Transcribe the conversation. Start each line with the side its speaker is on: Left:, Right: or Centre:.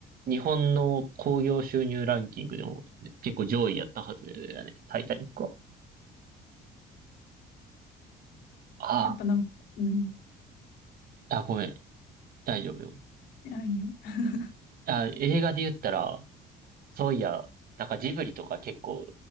Right: 日本の興行収入ランキングでも結構上位やったはずだね。タイタニックは。あ
Left: やっぱなんか、うん。
Right: あ、あ、ごめん。大丈夫よ。
Left: いや、いいよ。<laughs>
Right: あ、映画で言ったら、そういや、なんかジブリとか結構